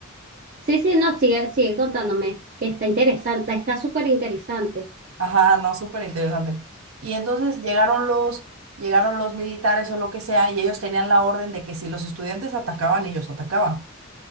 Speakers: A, on the right; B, on the right.
A: Sí, sí, no, sigue, sigue contándome, que está interesante, está súper interesante.
B: ajá, no, súper interesante. Y entonces llegaron los, llegaron los militares o lo que sea, y ellos tenían la orden de que si los estudiantes atacaban, ellos atacaban.